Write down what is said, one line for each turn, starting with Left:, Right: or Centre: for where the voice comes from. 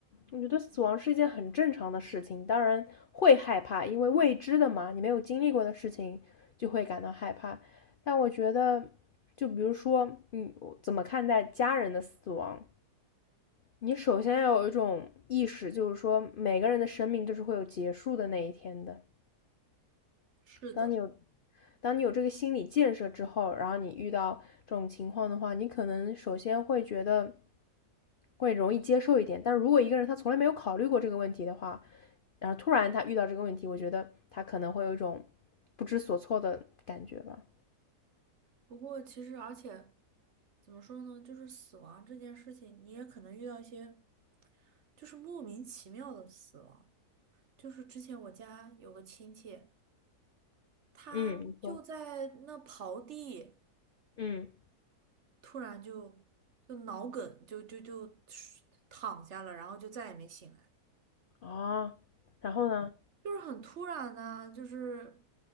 Left: 我觉得死亡是一件很正常的事情，当然会害怕，因为未知的嘛，你没有经历过的事情就会感到害怕。但我觉得，就比如说你怎么看待家人的死亡，你首先要有一种意识，就是说每个人的生命都是会有结束的那一天的。
Right: 是的，
Left: 当你有当你有这个心理建设之后，然后你遇到这种情况的话，你可能首先会觉得会容易接受一点。但如果一个人他从来没有考虑过这个问题的话，然后突然他遇到这个问题，我觉得他可能会有一种不知所措的感觉吧。
Right: 不过其实而且怎么说呢，就是死亡这件事情，你也可能遇到一些就是莫名其妙的死亡。就是之前我家有个亲戚，他就在那刨地。
Left: 嗯，你说，嗯，
Right: 突然就就脑梗，就就就躺下了，然后就再也没醒来。
Left: 啊，然后呢？
Right: 就是很突然啊，就是